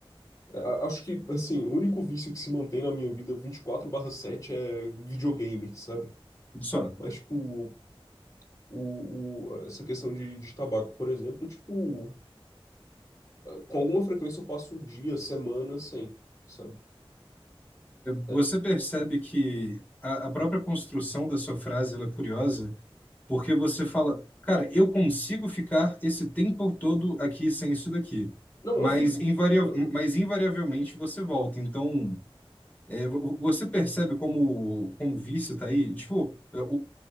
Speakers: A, on the left; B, on the left.
A: é, a- acho que, assim, o único vício que se mantém na minha vida 24 sete é videogame, sabe?
B: só.
A: Mas, tipo. O, o- essa questão de, de tabaco, por exemplo, tipo, com alguma frequência eu passo o dia, semana sem, sabe?
B: Você
A: É,
B: percebe que a, a própria construção da sua frase ela é curiosa, porque você fala, cara, eu consigo ficar esse tempo todo aqui sem isso daqui,
A: não,
B: mas,
A: eu fico.
B: invaria
A: Eu,
B: mas invariavelmente você volta. Então, é, vo- você percebe como, como o vício tá aí? Tipo, é, o,